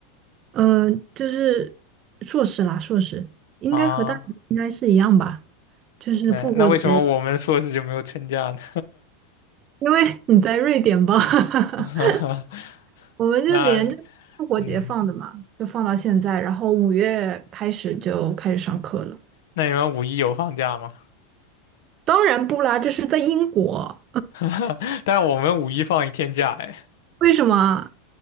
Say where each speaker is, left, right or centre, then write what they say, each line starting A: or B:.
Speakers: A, on the right (about 35°); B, on the left (about 75°).
A: 呃，就是硕士啦，硕士应该和大学应该是一样吧，
B: 啊，
A: 就是复活节，
B: 对，那为什么我们硕士就没有春假呢？
A: 因为你在瑞典吧，
B: <laughs>
A: <laughs> 我们就连着复活节放的嘛，
B: 那，嗯，
A: 就放到现在，然后五月开始就开始上课了。
B: 那你们五一有放假吗？
A: 当然不啦，这是在英国。
B: <laughs> 但我们五一放一天假，哎，
A: 为什么？